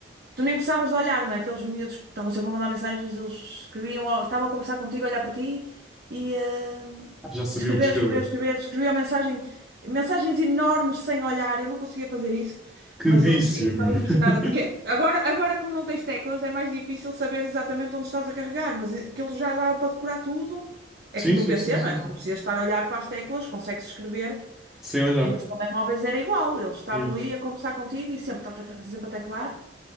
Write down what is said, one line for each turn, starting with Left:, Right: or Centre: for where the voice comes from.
Right: Tu nem precisavas de olhar, não é? Aqueles miúdos que estavam sempre a mandar mensagens, eles escreviam, ou estavam a conversar contigo, a olhar para ti e eh,
Centre: Já sabia
Right: a escrever,
Centre: o que escrever.
Right: a escrever, a escrever, escreviam mensagem, mensagens enormes sem olhar. Eu não conseguia fazer isso,
Centre: Que
Right: mas
Centre: vício,
Right: eles, eu ficava
Centre: meu. <laughs>
Right: impressionada, porque agora, agora como não tens teclas, é mais difícil saber exatamente onde estás a carregar, mas aquilo já dava para decorar tudo. É
Centre: Sim,
Right: como
Centre: sim,
Right: no PC,
Centre: sim, sim,
Right: não é?
Centre: sim.
Right: Não precisas estar a olhar para as teclas, consegues escrever.
Centre: Sem olhar.
Right: E nos telemóveis era igual, eles estavam
Centre: É.
Right: ali a conversar contigo e sempre, tá, tá, tá, tá, sempre a teclar.